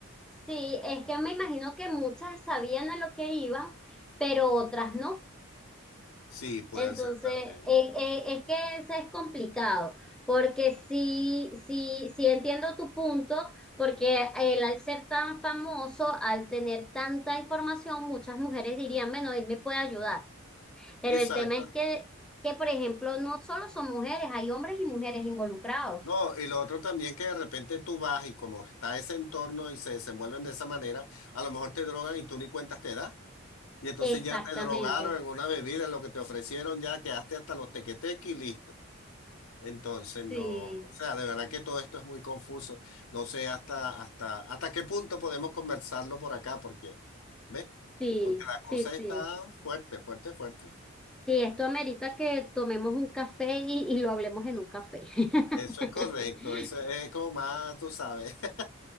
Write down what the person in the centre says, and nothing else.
sí, es que me imagino que muchas sabían a lo que iban, pero otras no.
Entonces,
eh, eh, es que eso es complicado, porque sí, sí, sí entiendo tu punto, porque él al ser tan famoso, al tener tanta información, muchas mujeres dirían, bueno, él me puede ayudar. Pero
el tema es que, que, por ejemplo, no solo son mujeres, hay hombres y mujeres involucrados.
Exactamente.
Sí,
sí,
sí, sí.
Sí, esto amerita que tomemos un café y, y lo hablemos en un café. <laughs>